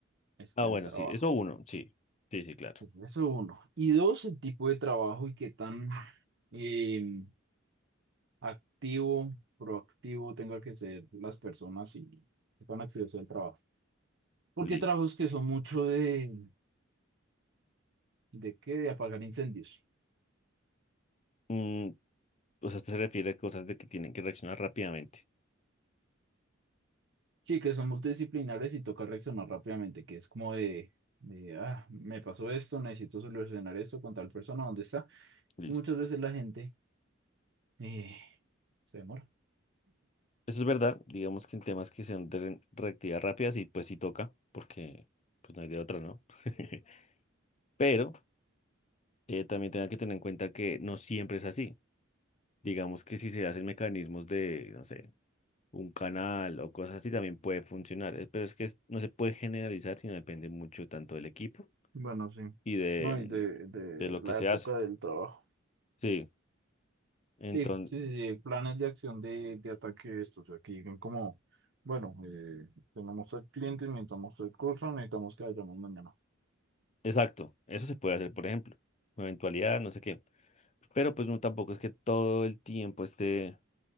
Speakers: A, on the right; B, on the left.
A: esté
B: Ah, bueno,
A: el trabajo.
B: sí, eso uno, sí, sí, sí, claro.
A: Sí, pues, eso uno. Y dos, el tipo de trabajo y qué tan eh, activo, proactivo tenga que ser las personas y qué tan activo sea el trabajo. Porque
B: Listo.
A: hay trabajos que son mucho de, ¿de qué? De apagar incendios.
B: Mm, o sea, usted se refiere a cosas de que tienen que reaccionar rápidamente.
A: Sí, que son multidisciplinares y toca reaccionar rápidamente, que es como de, de, ah, me pasó esto, necesito solucionar esto con tal persona, ¿dónde está?
B: Listo.
A: Y muchas veces la gente eh, se demora.
B: Eso es verdad, digamos que en temas que sean de re- reactividad rápida, sí, pues sí toca, porque pues no hay de otra, ¿no? <laughs> Pero eh, también tenga que tener en cuenta que no siempre es así. Digamos que si se hacen mecanismos de, no sé, un canal o cosas así, también puede funcionar. eh, Pero es que es- no se puede generalizar, sino depende mucho tanto del equipo
A: Bueno, sí.
B: y de,
A: No, y de, de
B: de lo
A: la
B: que se
A: época
B: hace.
A: del trabajo.
B: Sí, entonces,
A: Sí, sí, sí, sí, planes de acción de, de ataque estos, o sea, que digan como, bueno, eh, tenemos al cliente, necesitamos el curso, necesitamos que vayamos mañana.
B: exacto, eso se puede hacer, por ejemplo, una eventualidad, no sé qué. Pero pues no, tampoco es que todo el tiempo esté